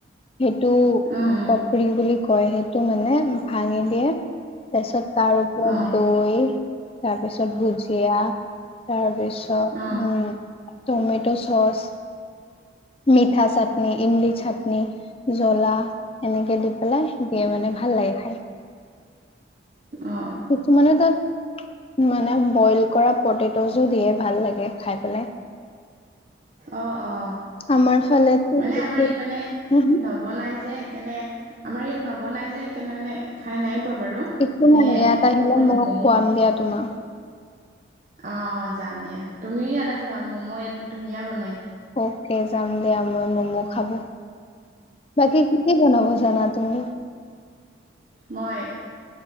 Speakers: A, on the left; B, on the right.
A: সেইটো
B: অ উম
A: পাপৰি বুলি কয় সেইটো মানে ভাঙি দিয়ে তাৰপিছত তাৰ ওপৰত
B: অ
A: দৈ তাৰপিছত ভুজিয়া তাৰপিছত
B: অ
A: উম টমেট' চচ মিঠা চাটনি ইমলি চাটনি জ্বলা এনেকে দি পেলাই দিয়ে মানে ভাল লাগে খাই
B: অ
A: কিছুমানে তাত মানে বইল কৰা পটেট জ দিয়ে ভাল লাগে খাই পেলাই
B: অ অ
A: আমাৰ ফালেতো
B: মানে
A: একো
B: আমাৰ এইপানে
A: উহু,
B: নবনাই যে সেইকাৰণনে আমাৰ ইয়াত নবনাই যে সেইকাৰণে মানে খাই নাই পোৱা বাৰু
A: একো
B: এনে
A: নাই ইয়াত আহিলে
B: ক
A: মই
B: গলে
A: খুৱাম দিয়া তোমাক।
B: অ অ যাম দিয়া তুমিও ইয়াত আহিবা ম'ম' ইয়াত ধুনীয়া বন
A: অকে যাম দিয়া মই ম'ম' খাব বাকি কতি বনাব জানা তুমি
B: মই